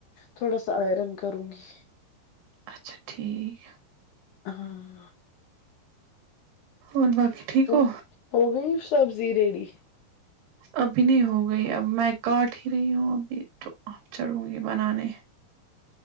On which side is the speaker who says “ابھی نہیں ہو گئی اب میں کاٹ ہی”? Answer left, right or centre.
Right